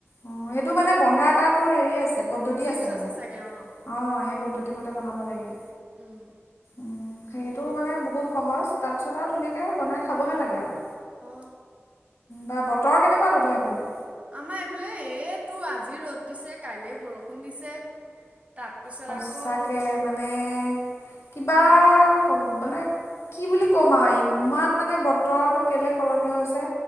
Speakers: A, on the left; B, on the right.
A: অ এইটো মানে বন্ধা এটা তো হেৰি আছে পদ্ধতি
B: টিপছ
A: আছে মানে
B: চাগে অ',
A: অঁ সেই পদ্ধতি মতে বনাব লাগে
B: উম।
A: উম সেইটো মানে বহুত সহজ তাৰপিছত আও ধুনীয়াকে বনাই খাবহে লাগে আৰু
B: অ
A: বা বতৰ কেনেকুৱা তহতৰ সেইফালে
B: আমাৰ এইফালে এ তো আজি ৰ'দ দিছে কাইলে বৰষুণ দিছে তাৰপিছত
A: সঁচাকে
B: আকৌ
A: মানে কিবা মানে কি বুলি কম আৰু ইমান মানে বতৰটো কেলে সলনি হৈছে